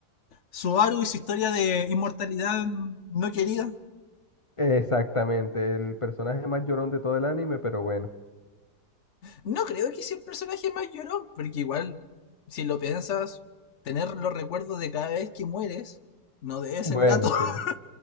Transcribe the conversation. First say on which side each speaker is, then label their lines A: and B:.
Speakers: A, on the left; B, on the left.
A: Subaru y su historia de inmortalidad no querida.
B: Exactamente, el personaje más llorón de todo el anime, pero bueno.
A: No creo que sea el personaje más llorón, porque igual, si lo piensas, tener los recuerdos de cada vez que mueres no debe
B: Bueno,
A: ser grato.
B: sí.
A: <laughs>